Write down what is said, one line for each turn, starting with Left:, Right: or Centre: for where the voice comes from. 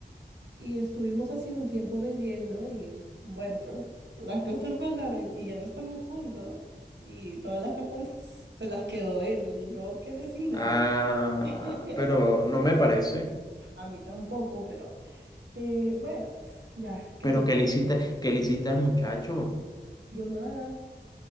Right: Y estuvimos así un tiempo vendiendo y bueno, pues las cosas pasaron y ya no estamos juntos y todas las ganancias se las quedó él y yo quedé sin nada.
Left: Ah,
Right: <laughs>
Left: pero no me parece.
Right: A mí tampoco, pero eh, bueno, pues ya, que
Left: Pero ¿qué le hiciste, qué le hiciste al muchacho?
Right: Yo nada.